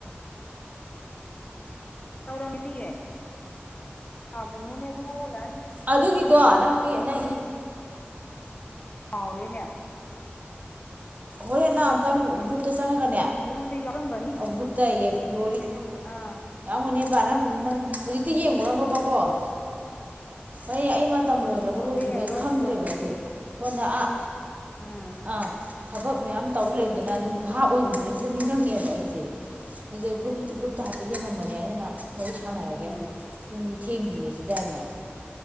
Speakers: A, on the left; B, on the right.
A: ꯇꯧꯔꯝꯅꯤꯌꯦ ꯄꯥꯕꯣꯛꯅꯣꯅꯦ ꯑꯗꯨ ꯑꯣꯜꯂ
B: ꯑꯗꯨꯒꯤꯗꯣ ꯅꯪꯟꯅ
A: ꯀꯥꯑꯣꯔꯦꯅꯦ
B: ꯍꯣꯔꯦꯟ ꯅꯍ ꯑꯝꯇꯪ ꯒ꯭ꯔꯨꯞꯇ ꯆꯪꯉꯒꯅꯦ
A: ꯑꯩꯉꯣꯟꯗ ꯌꯥꯎꯔꯝꯒꯅꯤ
B: ꯒ꯭ꯔꯨꯞꯇ ꯒ꯭ꯂꯣꯔꯤ
A: ꯑꯥ
B: ꯌꯥꯎꯒꯅꯦꯕ ꯅꯪ ꯅꯪ ꯍꯧꯖꯤꯛꯇꯤ ꯌꯦꯡꯉꯨꯔꯅꯣꯕꯀꯣ ꯍꯣꯔ ꯑꯩ ꯃꯇꯝ ꯂꯣꯏꯈ꯭ꯔꯕ
A: ꯍꯧꯖꯤꯛ
B: ꯂꯣꯏꯗ꯭ꯔꯤꯕ
A: ꯌꯦꯡꯉꯔꯣꯏ
B: ꯑꯩ ꯈꯪꯗ꯭ꯔꯦꯕ
A: ꯀꯣꯟꯅ ꯌꯦꯡꯒꯦ
B: ꯑꯩꯁꯨ ꯁꯣꯟꯗ ꯑꯥ
A: ꯎꯝ
B: ꯑꯥ ꯊꯕꯛ ꯃꯌꯥꯝ ꯇꯧ ꯂꯩꯗꯅ ꯑꯗꯨꯝ ꯚꯥꯞ ꯑꯣꯏꯔꯨꯗꯩꯁꯤꯗ ꯅꯤꯡꯁꯤꯡꯉꯛꯑꯕ ꯑꯩꯁꯦ ꯑꯩꯁꯦ ꯒ꯭ꯔ ꯒ꯭ꯔꯨꯞꯇ ꯍꯥꯐꯦꯠ ꯌꯦꯡꯉꯃꯅꯦ ꯑꯅ ꯍꯣꯏ ꯁꯥꯟꯅꯔꯒꯦ
A: ꯎꯝ
B: ꯇꯨꯡꯁꯨ ꯊꯦꯡꯗ꯭ꯔꯤꯅꯦ ꯁꯤꯗ ꯑꯩꯅ